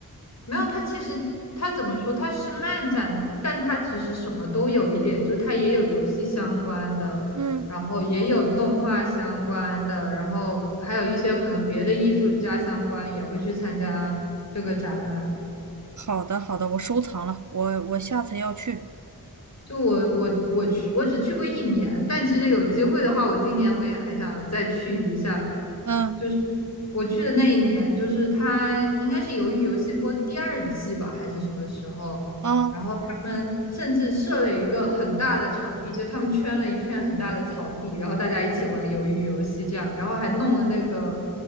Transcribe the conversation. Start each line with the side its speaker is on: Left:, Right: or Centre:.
Left: 没有，它其实它怎么说？它是漫展，但它其实什么都有一点，就它也有游戏相关的，
Right: 嗯，
Left: 然后也有动画相关的，然后还有一些可能别的艺术家相关也会去参加这个展览。
Right: 好的好的，我收藏了，我我下次要去。
Left: 就我我我去，我只去过一年，但其实有机会的话，我今年我也还想再去一下。
Right: 嗯
Left: 就是我去的那一年，就是它应该是《鱿鱼游戏》播第二季吧，还是什么时候？
Right: 啊。
Left: 然后他们甚至设了一个很大的场地，就他们圈了一片很大的草地，然后大家一起玩鱿鱼游戏这样，然后还弄了那个，